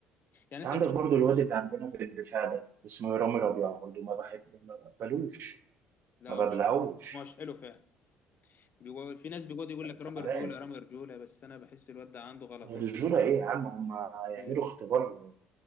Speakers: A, on the right; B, on the left.
A: انت
B: يعني انت
A: عندك
B: دي-
A: برضو الواد اللي عندنا في الدفاع ده اسمه رامي ربيعه برضو ما بحبه ما بقبلوش
B: لو
A: ما ببلعوش
B: مش مش حلو فعلا بيقول في ناس بيقعد يقول لك رامي
A: تعبان
B: رجوله رامي رجوله بس انا بحس الواد ده عنده غلطات
A: الرجولة إيه يا عم هم يعملوا
B: كارثة.
A: اختبار